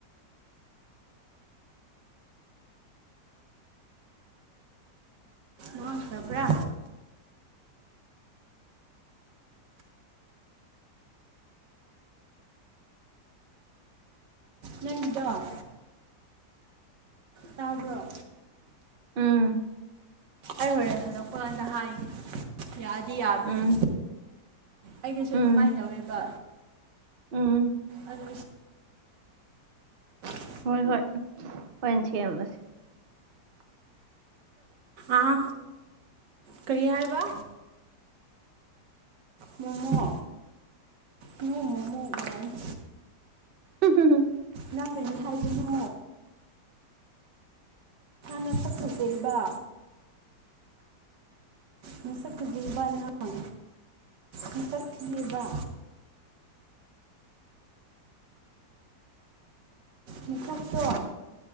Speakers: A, on the right (about 75°); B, on the right (about 45°).
A: ꯃꯥꯡꯈ꯭ꯔꯕ꯭ꯔꯥ ꯅꯪꯒꯤꯗꫭ ꯇꯥꯕꯔꯣ
B: ꯎꯝ
A: ꯑꯩ ꯍꯣꯔꯦꯟ ꯍꯜꯂꯛꯄ ꯀꯥꯟꯗ ꯍꯥꯏꯒꯦ ꯌꯥꯗꯤ ꯌꯥꯕꯅꯦ
B: ꯎꯝ
A: ꯑꯩꯒꯤꯁꯨ ꯑꯗꯨꯃꯥꯏꯅ
B: ꯎꯝ
A: ꯇꯧꯋꯦꯕ
B: ꯎꯝ
A: ꯑꯗꯨ <inaudible>
B: ꯍꯣꯏ ꯍꯣꯏ ꯍꯣꯏ ꯁꯦꯝꯃꯁꯦ
A: ꯑꯥ ꯀꯔꯤ ꯍꯥꯏꯔꯤꯕ ꯃꯣꯃꯣ ꯅ ꯃꯣꯃꯣ ꯑꯣꯏꯅ
B: <unintelligible>
A: ꯅꯪ ꯀꯔꯤ ꯍꯥꯏꯕꯅꯣ ꯅꯁꯛ ꯐꯖꯩꯕ ꯃꯁꯛ ꯐꯖꯩꯕ ꯅꯪ ꯃꯁꯛ ꯊꯤꯋꯦꯕ ꯅꯁꯛꯇꯣ